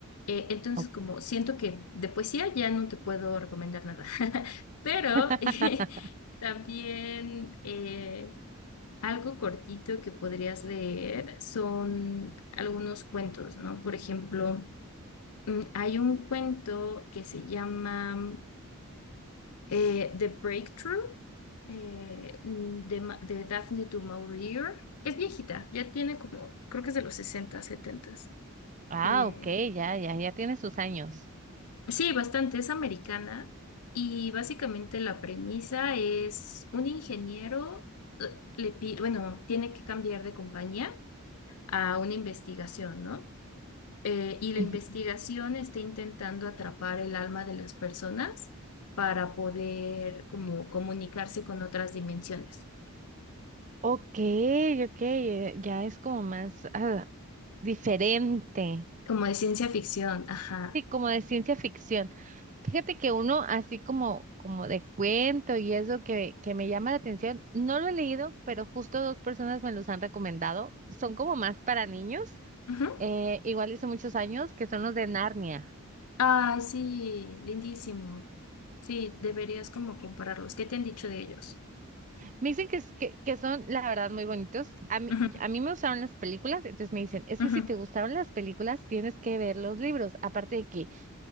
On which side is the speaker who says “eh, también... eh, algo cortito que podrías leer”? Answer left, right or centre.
Left